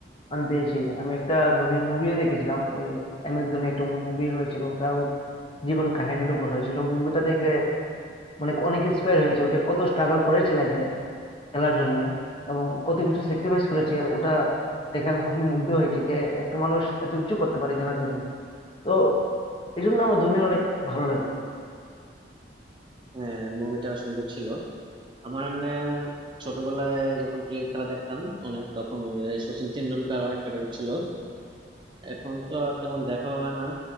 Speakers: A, on the left (about 30°); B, on the right (about 25°).
A: আমি পেয়েছি আমি একটা ধোনির মুভিও দেখেছিলাম ওই এম এস ধোনি একটা মুভি হয়েছিল ওটা ওর জীবন কাহিনীর উপর হয়েছিল মুভিটা থেকে মানে অনেক ইন্সপায়ার হয়েছে ওটা কত স্ট্রাগল করেছে লাইফে খেলার জন্য এবং কত কিছু স্যাক্রিফাইস করেছে ওটা দেখে আমি খুবই মুগ্ধ হয়েছি যে একটা মানুষ এত কিছু করতে পারে খেলার জন্য তো এই জন্য আমার ধোনির অনেক ভালো লাগে
B: আহ মুভিটা সুন্দর ছিল আমার এমনি ছোটবেলায় যখন ক্রিকেট খেলা দেখতাম অনেক তখন ওই সচিন টেন্ডুলকার অনেক ফেভারিট ছিল এখন তো আর তেমন দেখা হয় না